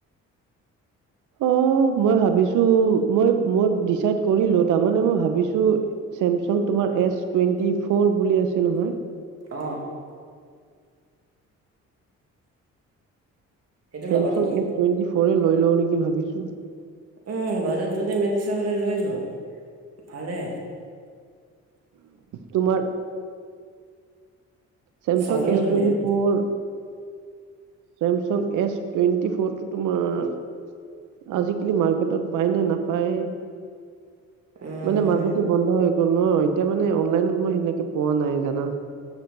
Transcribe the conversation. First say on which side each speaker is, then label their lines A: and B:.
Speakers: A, on the right (about 80°); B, on the right (about 55°).
A: অ মই ভাবিছো মই মই ডিচাইড কৰিলো তাৰমানে মই ভাবিছো চেমচাং তোমাৰ এছ টুৱেণ্টি ফৰ বুলি আছে নহয়
B: অ সেইটো
A: চেমচুং
B: ল'বা নেকি
A: এছ টুৱেণ্টি ফৰে লৈ লওঁ নেকি ভাবিছো
B: উম বজাৰ যদি মেডিচা হলে লৈ লোৱা ভালে
A: তোমাৰ চেমচাং
B: চাবলৈও
A: এছ
B: ধুনীয়া
A: twenty four Samsung S twenty ফৰটো তোমাৰ আজিকালি মাৰ্কেটত পায় নে নাপায়
B: উম
A: মানে মাজতে বন্ধ হৈ গ ন এতিয়া মানে অনলাইনত মই সেনেকে পোৱা নাই জানা